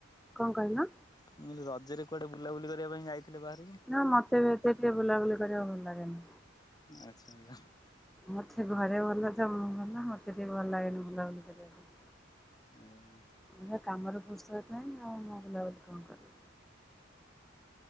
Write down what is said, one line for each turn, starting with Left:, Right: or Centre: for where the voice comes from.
Centre: କଣ କହିଲ?
Left: ମୁଁ କହିଲି ରଜରେ କୁଆଡେ ବୁଲାବୁଲି କରିବା ପାଇଁ ଯାଇଥିଲେ ବାହା
Centre: ନା ମୋତେ ବି ଏତେ ଟିକେ ବୁଲାବୁଲି କରିବାକୁ ଭଲ ଲାଗେନି।
Left: ଆଚ୍ଛା ଆଚ୍ଛା
Centre: ମତେ ଘରେ ଭଲ ତ ମୁଁ ଭଲ ମତେ ଟିକେ ଭଲ ଲାଗେନି ବୁଲାବୁଲି କରିବାକୁ।
Left: ଆଜ୍ଞା।
Centre: ମୋର କାମରେ ଫୁର୍ସତ ନାହିଁ ଆଉ ମୁଁ ବୁଲାବୁଲି କଣ କରିବି?